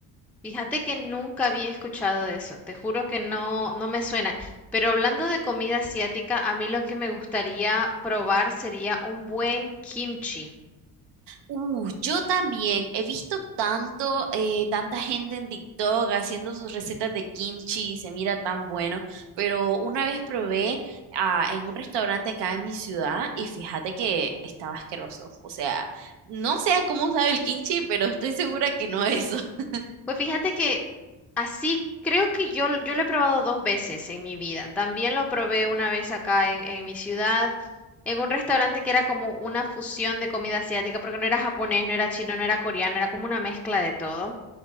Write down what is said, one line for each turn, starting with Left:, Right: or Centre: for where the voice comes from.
Centre: Fíjate que nunca había escuchado de eso, te juro que no, no me suena. Pero hablando de comida asiática, a mí lo que me gustaría probar sería un buen kimchi.
Right: Uh, yo también he visto tanto, eh, tanta gente en TikTok haciendo sus recetas de kimchi y se mira tan bueno, pero una vez probé ah, en un restaurante acá en mi ciudad y fíjate que estaba asqueroso. O sea, no sé cómo sabe el kimchi, pero estoy segura que no es eso. <laughs>
Centre: Pues fíjate que así creo que yo, yo lo he probado dos veces en mi vida. También lo probé una vez acá en, en mi ciudad, en un restaurante que era como una fusión de comida asiática, porque no era japonés, no era chino, no era coreano, era como una mezcla de todo.